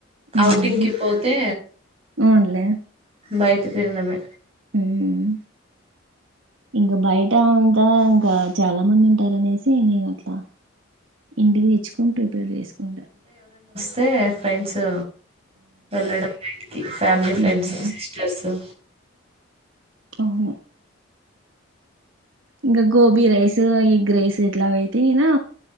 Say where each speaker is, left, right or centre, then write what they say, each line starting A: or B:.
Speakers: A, on the right; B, on the right.
A: మ్మ్
B: అఔటింగ్కి పోతే
A: అవునులే
B: బయట తినడమే
A: మ్మ్ ఇంకా బయట అంతా ఇంకా చాలా మంది ఉంటారునేసి నేను అట్లా ఇంటికి తెచ్చుకొని టూ టూ చేస్టీం వేస్కుంనుడే
B: సే ఫైండ్స్తే వెళ్ళడం మా ఇంటికి ఫామలీ ఫ్రెండ్స్
A: ఉమ్,
B: సిస్టర్స్ ఉ
A: అవును ఇంకా గోబీ రైస్ ఎగ్ రైస్ ఇట్లా దినా